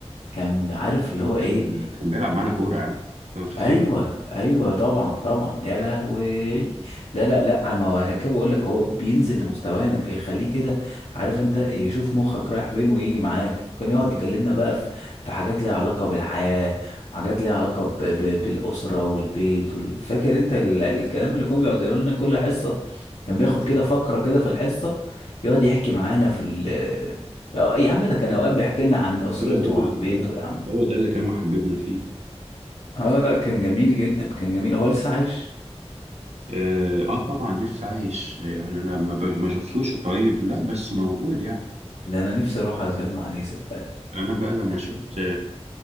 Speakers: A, on the left; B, on the right.
A: كان عارف اللي
B: عم
A: هو إيه
B: آه، كان بيلعب معانا كورة يا عم لو تفتكر
A: ايوه ايوه طبعا طبعا يا لهوي لا لا لا ما هو عشان كده بقول لك هو بينزل لمستوانا بيخليه كده عارف انت يشوف مخك رايح فين ويجي معاك كان يقعد
B: مم.
A: يكلمنا بقى في في حاجات ليها علاقه بالحياه وحاجات ليها علاقه ب ب بالاسره والبيت وال- فاكر انت ال الكلام اللي كان بيقعد يقول لنا كل حصه كان
B: مم.
A: بياخد كده فقره كده في الحصه يقعد يحكي معانا في ال يا عم ده كان
B: هو
A: اوقات
B: ده
A: بيحكي لنا عن اسرته
B: هو ده اللي
A: وعن بيته يا عم
B: هو ده اللي كان محببنا فيه
A: اه لا كان جميل جدا كان جميل هو لسه عايش
B: اه آه طبعا لسه عايش يعني انا ما, ب... ما شفتوش قريب لا بس موجود يعني
A: ده انا نفسي اروح على سلام عليه صدقني
B: انا بقى لما
A: يعني
B: شفت آه